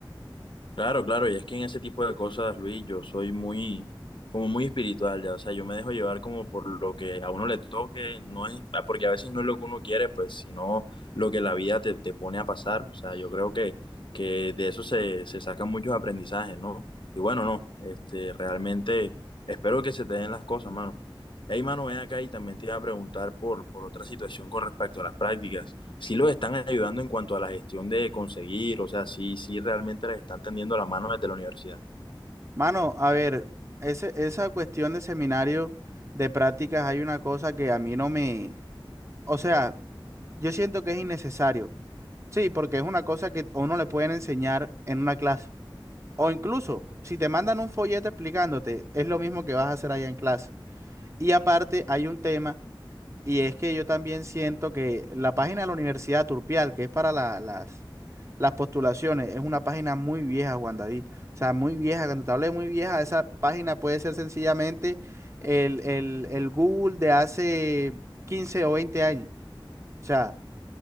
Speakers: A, on the left; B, on the right.
A: Claro, claro, y es que en ese tipo de cosas, Luis, yo soy muy, como muy espiritual, ya, o sea, yo me dejo llevar como por lo que a uno le toque, no es, ah, porque a veces no es lo que uno quiere, pues, sino lo que la vida te, te pone a pasar, o sea, yo creo que, que de eso se, se sacan muchos aprendizajes, ¿no? Y bueno, no, este, realmente espero que se te den las cosas, mano. Hey, mano, ven acá y también te iba a preguntar por, por otra situación con respecto a las prácticas sí los están ayudando en cuanto a la gestión de conseguir, o sea, sí, sí realmente les están tendiendo la mano desde la universidad.
B: Mano, a ver, ese, esa cuestión de seminario de prácticas, hay una cosa que a mí no me, o sea, yo siento que es innecesario. Sí, porque es una cosa que a uno le pueden enseñar en una clase. O incluso, si te mandan un folleto explicándote, es lo mismo que vas a hacer allá en clase. Y aparte, hay un tema. Y es que yo también siento que la página de la Universidad Turpial, que es para la- las, las postulaciones, es una página muy vieja, Juan David. O sea, muy vieja. Cuando te hablo de muy vieja, esa página puede ser sencillamente el, el, el Google de hace 15 o 20 años. O sea,